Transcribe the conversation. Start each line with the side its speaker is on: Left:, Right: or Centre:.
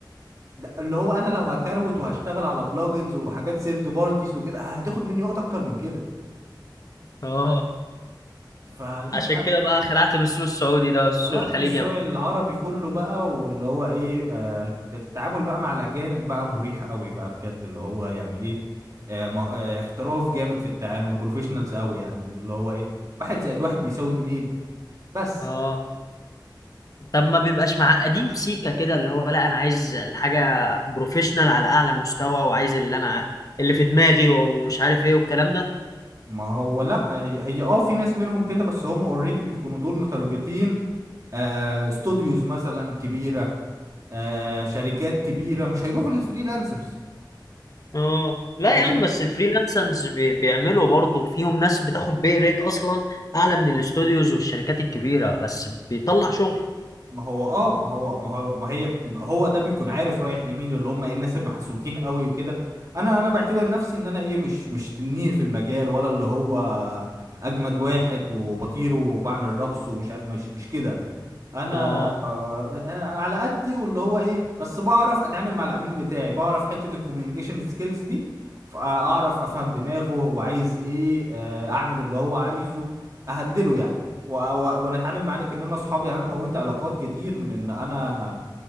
Right: ده اللي هو انا لو هكروت وهشتغل على بلوجنز وحاجات سيرد بارتيز وكده هتاخد مني وقت اكتر من كده
Left: اه
Right: فلا
Left: عشان
Right: لا
Left: كده بقى خلعت من السوق السعودي ده والسوق
Right: قلقت
Left: الخليجي
Right: من السوق
Left: يا ابو
Right: العربي كله بقى واللي هو ايه آه التعامل بقى مع الاجانب بقى مريح قوي بقى بجد اللي هو يعني ايه آه ما- آه احتراف جامد في التعامل بروفيشنالز قوي يعني اللي هو ايه واحد زائد واحد بيساوي اتنين بس
Left: اه طب ما بيبقاش معقدين سيكا كده اللي هو لا انا عايز الحاجه بروفيشنال على اعلى مستوى وعايز اللي انا اللي في دماغي ومش عارف ايه والكلام ده
Right: ما هو لا هي, هي اه في ناس منهم كده بس هم اوريدي بيكونوا دول متارجتين آه استوديوز مثلا كبيرة آه شركات كبيرة مش هيروحوا للفريلانسرز
Left: اه لا
Right: لكن
Left: يا عم بس الفريلانسرز بي- بيعملوا برضه فيهم ناس بتاخد بي ريت اصلا اعلى من الاستوديوز والشركات الكبيره بس بيطلع شغل
Right: ما هو اه ما هو ما هو ما هي هو ده بيكون عارف رايح لمين اللي هم ايه الناس المحسوكين قوي وكده انا انا بعتبر نفسي ان انا ايه مش مش تنين في المجال ولا اللي هو اجمد واحد وبطير وبعمل رابس ومش عارف مش مش كده انا انا
Left: اه
Right: آه على قدي واللي هو ايه بس بعرف اتعامل مع العميل بتاعي بعرف حتة الكوميونيكيشن سكيلز دي فاعرف افهم دماغه هو عايز ايه آه، اعمل اللي هو عايزه اهندله يعني و... و... وانا اتعامل معاك ان انا اصحاب يعني انا كونت علاقات كتير من ان انا